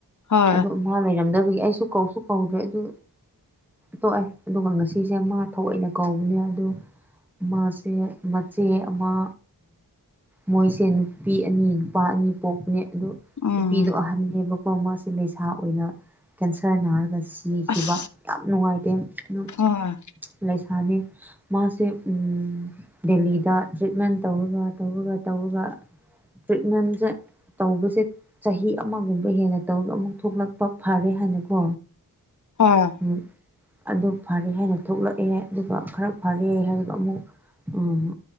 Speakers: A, on the left; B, in the centre.
A: ꯍꯣꯏ
B: ꯑꯗꯨ ꯃꯥ ꯂꯩꯔꯝꯗꯕꯒꯤ ꯑꯩꯁꯨ ꯀꯧꯁꯨ ꯀꯧꯗ꯭ꯔꯦ ꯑ ꯑꯗꯨ ꯇꯣꯛꯑꯦ ꯑꯗꯨꯒ ꯉꯁꯤꯁꯦ ꯃꯥ ꯊꯑꯣꯏꯅ ꯀꯧꯕꯅꯦ ꯑꯗꯨ ꯃꯥꯁꯦ ꯃꯆꯦ ꯑꯃ ꯃꯣꯏꯁꯦ ꯅꯨꯄꯤ ꯑꯅꯤ ꯅꯨꯄꯥ ꯑꯅꯤ ꯄꯣꯛꯄꯅꯦ ꯑꯗꯨ
A: ꯎꯝ
B: ꯅꯨꯄꯤꯗꯣ ꯑꯍꯟꯅꯦꯕꯀꯣ ꯃꯥꯁꯦ ꯂꯩꯁꯥ ꯑꯣꯏꯅ ꯀꯦꯟꯁꯔ ꯅꯥꯔꯒ ꯁꯤ ꯁꯤꯕ
A: ꯑꯁ
B: ꯌꯥꯝ ꯅꯨꯡꯉꯥꯏꯇꯦ ꯑꯗꯨ
A: ꯍꯣꯏ
B: ꯂꯩꯁꯥꯅꯤ ꯃꯥꯁꯦ ꯎꯝ ꯗꯦꯜꯂꯤꯗ ꯇ꯭ꯔꯤꯠꯃꯦꯟ ꯇꯧꯔꯒ ꯇꯧꯔꯒ ꯇꯧꯔꯒ ꯇ꯭ꯔꯤꯠꯃꯦꯟꯁꯦ ꯇꯧꯕꯁꯦ ꯆꯍꯤ ꯑꯃꯒꯨꯝꯕ ꯍꯦꯟꯅ ꯇꯧꯔꯒ ꯑꯃꯨꯛ ꯊꯣꯛꯂꯛꯄ ꯐꯔꯦ ꯍꯥꯏꯅ ꯀꯣ
A: ꯍꯥ
B: ꯎꯝ ꯑꯗꯨ ꯐꯔꯦ ꯍꯥꯏꯅ ꯊꯣꯛꯂꯛꯑꯦ ꯑꯗꯨꯒ ꯈꯔ ꯐꯔꯦ ꯍꯥꯏꯔꯒ ꯑꯃꯨꯛ ꯎꯝ